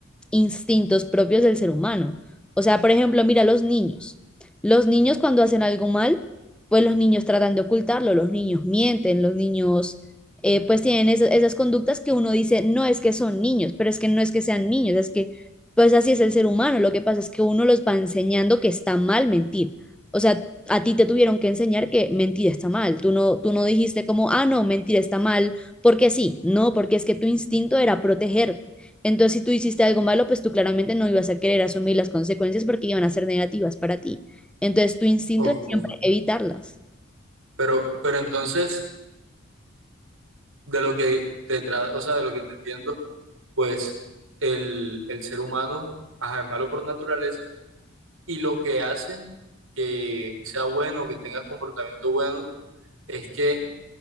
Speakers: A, in the centre; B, on the right.
A: instintos propios del ser humano. O sea, por ejemplo, mira los niños. Los niños cuando hacen algo mal, pues los niños tratan de ocultarlo, los niños mienten, los niños eh, pues tienen esas, esas conductas que uno dice, no es que son niños, pero es que no es que sean niños, es que pues así es el ser humano. Lo que pasa es que uno los va enseñando que está mal mentir. O sea, a ti te tuvieron que enseñar que mentir está mal. Tú no, tú no dijiste como, ah, no, mentir está mal, porque sí. No, porque es que tu instinto era protegerte entonces, si tú hiciste algo malo, pues tú claramente no ibas a querer asumir las consecuencias porque iban a ser negativas para ti. Entonces, tu instinto
B: Así
A: es siempre
B: Ok.
A: evitarlas.
B: Pero, pero entonces, de lo que te tra- o sea, de lo que te entiendo, pues el, el ser humano, ajá, es malo por naturaleza, Y lo que hace que sea bueno, que tengas comportamiento bueno, es que